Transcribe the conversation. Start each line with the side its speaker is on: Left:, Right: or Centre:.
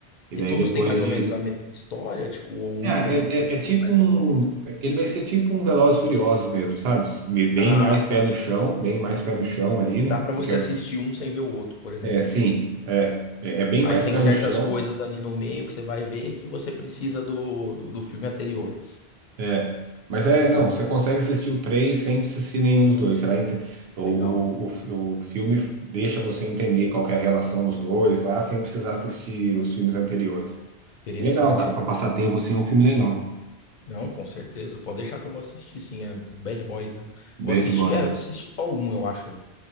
Right: E
Left: E
Right: daí
Left: todos
Right: depois
Left: têm mais
Right: de
Left: ou menos a mesma história, tipo, ou um
Right: é, é,
Left: com- completa
Right: é- é tipo um,
Left: o outro.
Right: ele vai ser tipo um Velozes e Furiosos mesmo, sabe? Bem
Left: Ah,
Right: mais pé
Left: tá.
Right: no chão, bem mais pé no chão
Left: Sim.
Right: ali, né?
Left: Dá pra você
Right: Porque
Left: assistir um sem ver o outro, por exemplo.
Right: é, sim, é, é é bem
Left: Aí
Right: mais
Left: tem
Right: pé
Left: certas
Right: no chão.
Left: coisas ali no meio que você vai ver que você precisa do, do, do filme anterior.
Right: É, mas é,
Left: Legal,
Right: não, você consegue assistir o 3 sem assistir nenhum dos dois. Você vai ente- o,
Left: legal.
Right: o, o, fi- o filme f- deixa você entender qual que é a relação dos dois lá, sem precisar assistir os filmes anteriores.
Left: Interessante,
Right: Legal, cara,
Left: cara.
Right: pra passar tempo assim é um filme legal.
Left: Não, com certeza. Pode deixar que eu vou assistir, sim. É os Bad Boys, né?
Right: Bad
Left: Vou assistir,
Right: Boys.
Left: é, eu assisti só um, eu acho.